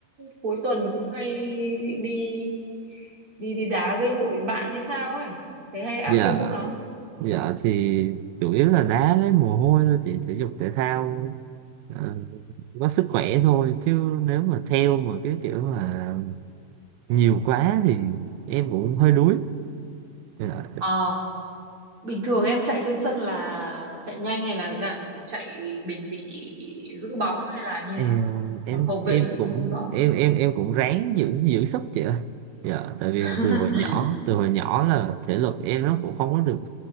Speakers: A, on the right; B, on the right.
A: cuối tuần cũng hay đi đi đi đá với hội bạn hay sao ấy, thấy hay
B: dạ
A: up Facebook lắm.
B: Dạ thì chủ yếu là đá lấy mồ hôi thôi chị thể dục thể thao ờ, có sức khỏe thôi chứ nếu mà theo mà cái kiểu mà nhiều quá thì em cũng hơi đuối Dạ,
A: Ừ. Bình thường em chạy trên sân là chạy nhanh hay là dạng kiểu chạy bền bỉ giữ bóng hay là như
B: em
A: nào?
B: em
A: Làm hậu vệ
B: em
A: chị
B: cũng
A: không rõ.
B: em em em cũng ráng giữ giữ sức chị ơi dạ tại vì
A: <laughs>
B: từ hồi nhỏ từ hồi nhỏ là thể lực em nó cũng không có được